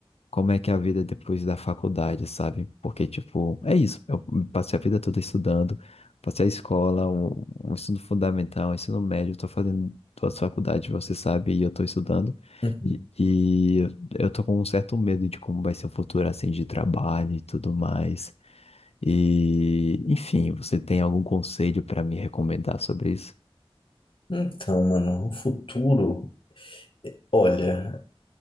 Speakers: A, on the left; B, on the left.
A: como é que é a vida depois da faculdade, sabe? Porque, tipo, é isso. Eu passei a vida toda estudando, passei a escola, um, um ensino fundamental, um ensino médio, estou fazendo todas as faculdades, você sabe, e eu estou estudando.
B: Uhum.
A: E, e eu eu tô com um certo medo de como vai ser o futuro, assim, de trabalho e tudo mais. E, enfim, você tem algum conselho para me recomendar sobre isso?
B: Então, mano, o futuro, olha,